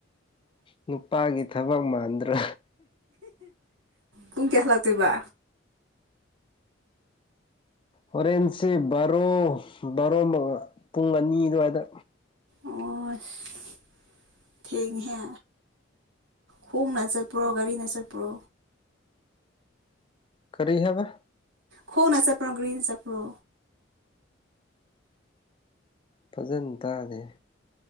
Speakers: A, on the left (about 25°); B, on the right (about 75°).
A: ꯅꯨꯄꯥꯒꯤ ꯊꯕꯛ ꯃꯥꯟꯗ꯭ꯔꯣ
B: ꯄꯨꯡ ꯀꯌꯥ ꯂꯥꯛꯇꯣꯏꯕ
A: ꯍꯣꯔꯦꯟꯁꯦ ꯕꯥꯔꯣ ꯕꯥꯔꯣ ꯄꯨꯡ ꯑꯅꯤ ꯑꯗꯨꯋꯥꯏꯗ
B: ꯑꯣ ꯑꯁ ꯊꯦꯡꯉꯤꯍꯦ ꯍꯣꯡꯅ ꯆꯠꯄ꯭ꯔꯣ ꯒꯥꯔꯤꯅ ꯆꯠꯄ꯭ꯔꯣ
A: ꯀꯔꯤ ꯍꯥꯏꯕ
B: ꯈꯣꯡꯅ ꯆꯠꯄ꯭ꯔꯣ ꯒ꯭ꯔꯤꯅ ꯆꯠꯄ꯭ꯔꯣ
A: ꯐꯖꯅ ꯇꯥꯗꯦ